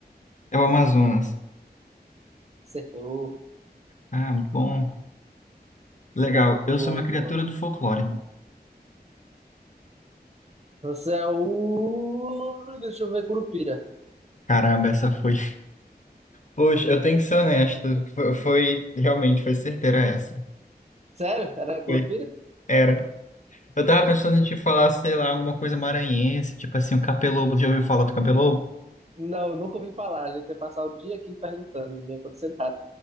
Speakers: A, on the left (about 45°); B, on the right (about 40°).
A: é o Amazonas.
B: Acertou.
A: Ah, muito bom. Legal. Eu
B: Boa,
A: sou uma criatura
B: boa.
A: do folclore.
B: Você é o. Deixa eu ver, Curupira.
A: Caramba, essa foi. Poxa, eu tenho que ser honesto. Foi, foi- realmente, foi certeira essa.
B: Sério? Era Curupira?
A: Foi. Era. Eu tava pensando
B: Hum.
A: em te falar, sei lá, alguma coisa maranhense, tipo assim, o capelobo. Já ouviu falar do capelobo?
B: Não, nunca ouvi falar. A gente ia passar o dia aqui perguntando, e não ia acontecer nada.